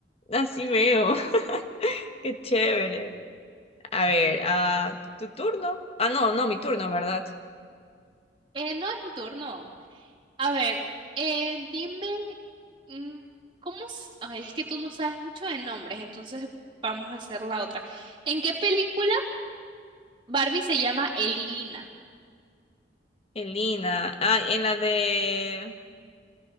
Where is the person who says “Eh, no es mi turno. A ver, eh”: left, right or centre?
Right